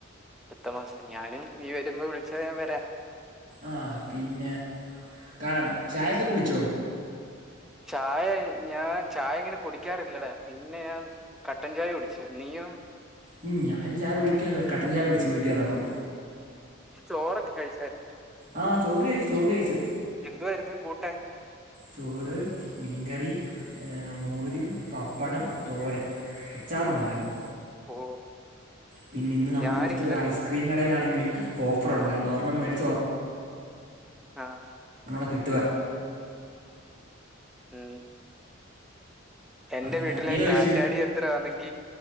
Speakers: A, in the centre; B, on the right.
A: അടുത്ത മാസം ഞാനും നീ വരുമ്പോ വിളിച്ചഞൻ വരാ
B: ആ പിന്നെ ക ചായൊക്കെ കുടിച്ചോ
A: ഉം. ചായ ഞാൻ ചായ അ ങ്ങനെ കുടിക്കാറില്ലടാ പിന്നെ ഞാൻ കട്ടൻചായ കുടിച്ച് നിയോ
B: ഉ ഞൻ ചായ കുടിക്കാറില്ല കട്ടൻ ചായ കുടിച്ച് വീട്ടിൽ വന്നപ്പോൾ
A: ഉച്ചയ്ക്ക് ചോറൊക്കെ കഴിച്ചായിരുന്നു
B: ആ ചോർ ചോർ കഴിച്ചു
A: എന്തുവായിരുന്നു കൂട്ടാൻ
B: ചോറ് മീൻകറി മോര് പപ്പടം തോരൻ അച്ചാറും
A: ഉം.
B: ഉണ്ടായിരുന്നു
A: ഓ
B: പിന്നെ ഇന്ന് നമ്മളിവിടുത്തെ
A: ഞാൻ ഇന്നലെ
B: ഒരു ഐസ്ക്രീം കടയിലാണെങ്കിൽ ഓഫർുണ്ടായിരുന്നു
A: ആ
B: ഒരെണ്ണം മേടിച്ചു വന്നു
A: ആഹ
B: ഒരണം കൂടി കിട്ടുവയിരുന്നെങ്കിൽ
A: ഉ എന്റെ
B: അങ്ങനെ
A: വീട്ടിലെ
B: നീ ചോദിച്ചു
A: കാറ്റാടി യന്ത്രമാണെങ്കിൽ